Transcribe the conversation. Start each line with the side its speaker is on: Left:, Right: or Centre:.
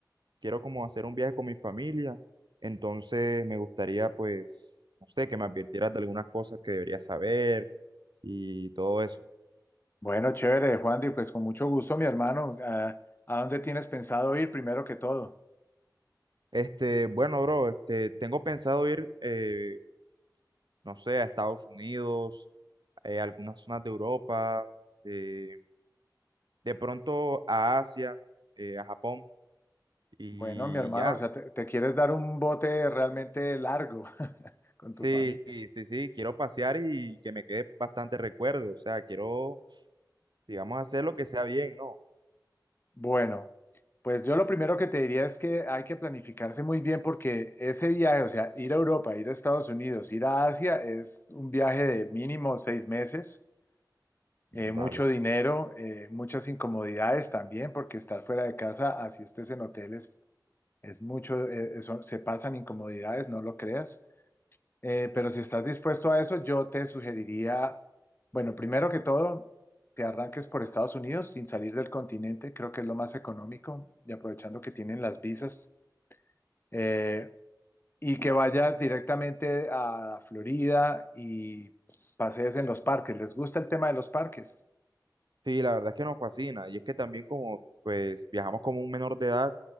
Right: Quiero como hacer un viaje con mi familia, entonces me gustaría, pues, no sé, que me advirtieras de algunas cosas que debería saber y todo eso.
Left: Bueno, chévere, Juandi, pues con mucho gusto, mi hermano. Ah, ¿A dónde tienes pensado ir primero que todo?
Right: Este, bueno, bro, este, tengo pensado ir, eh, no sé, a Estados Unidos, eh, a algunas zonas de Europa, eh, de pronto a Asia, eh, a Japón y
Left: Bueno, mi hermano,
Right: ya.
Left: o sea, te, te quieres dar un bote realmente largo <laughs> con tu
Right: Sí,
Left: familia.
Right: sí, sí, sí, quiero pasear y que me quede bastante recuerdo, o sea, quiero, digamos, hacer lo que sea bien, ¿no?
Left: Bueno, pues yo lo primero que te diría es que hay que planificarse muy bien porque ese viaje, o sea, ir a Europa, ir a Estados Unidos, ir a Asia, es un viaje de mínimo seis meses eh, mucho
Right: Vale.
Left: dinero, eh, muchas incomodidades también, porque estar fuera de casa, así estés en hoteles, es mucho, eh, eso- se pasan incomodidades, no lo creas. Eh, pero si estás dispuesto a eso, yo te sugeriría, bueno, primero que todo, que arranques por Estados Unidos sin salir del continente, creo que es lo más económico, y aprovechando que tienen las visas, eh, y que vayas directamente a Florida y pasees en los parques. ¿Les gusta el tema de los parques?
Right: Sí, la verdad es que nos fascina y es que también como, pues, viajamos como un menor de edad,